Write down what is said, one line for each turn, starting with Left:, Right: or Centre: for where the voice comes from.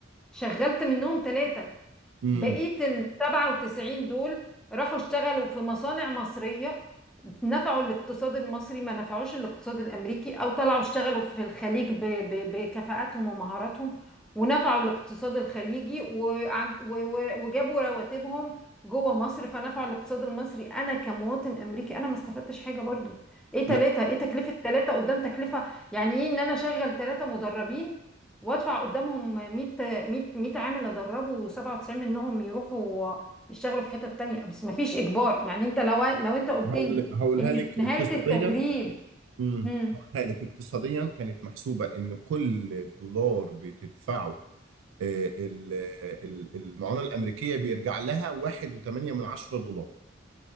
Centre: شغلت منهم ثلاثه
Right: امم
Centre: بقية ال 97 دول راحوا اشتغلوا في مصانع مصرية نفعوا الاقتصاد المصري ما نفعوش الاقتصاد الأمريكي أو طلعوا اشتغلوا في الخليج ب- ب- بكفاءاتهم ومهاراتهم ونفعوا الاقتصاد الخليجي وعن- و- و- وجابوا رواتبهم جوه مصر فنفعوا الاقتصاد المصري أنا كمواطن أمريكي أنا ما استفدتش حاجة برضو إيه
Right: لا
Centre: تلاتة إيه تكلفة تلاتة قدام تكلفة يعني إيه إن أنا أشغل تلاتة مدربين وأدفع قدامهم 100 100 100 عامل ادربه و97 منهم يروحوا يشتغلوا في حتة تانية بس ما فيش اجبار يعني انت لو لو انت قلت
Right: هقول-
Centre: لي
Right: هقولها
Centre: ان
Right: لك
Centre: في
Right: اقتصاديا
Centre: نهاية التدريب
Right: امم
Centre: امم
Right: هقولها لك اقتصاديا كانت محسوبه ان كل دولار بتدفعه آه، ال- ال- المعونه الامريكيه بيرجع لها 1.8 من عشرة دولار